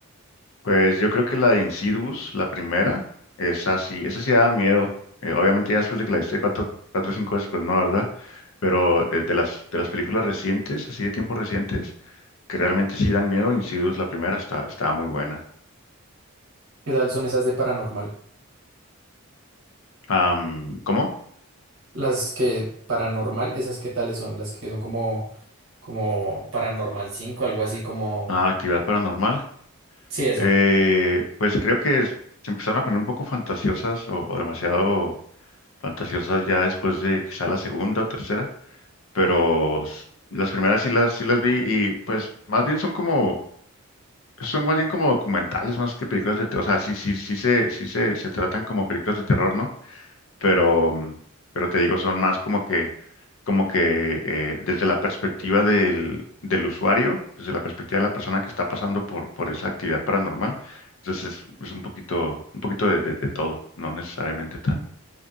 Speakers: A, on the left; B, on the right.
A: Pues yo creo que la de Insidious, la primera, es así, esa sí daba miedo. Eh, obviamente ya después de que la viste cuatro, cuatro o cinco veces, pues no, la ¿verdad? Pero eh, de, las, de las películas recientes, así de tiempos recientes, que realmente sí dan miedo, Insidious, la primera, está, estaba muy buena.
B: ¿Qué tal son esas de paranormal?
A: Am, ¿cómo?
B: Las que paranormal, esas qué tales son, las que son como, como Paranormal 5, algo así como,
A: Ah, actividad paranormal.
B: sí, eso.
A: Eh, pues creo que es- se empezaron a poner un poco fantasiosas o, o demasiado fantasiosas ya después de quizá la segunda o tercera. pero s- las primeras sí las, sí las vi y pues más bien son como, son más bien como documentales más que películas de terror, o sea, sí, sí, sí se, sí se, se tratan como películas de terror, ¿no? Pero, mm, pero te digo, son más como que, como que eh, desde la perspectiva del, del usuario, desde la perspectiva de la persona que está pasando por, por esa actividad paranormal, entonces es, es un poquito, un poquito de, de, de todo, no necesariamente tan,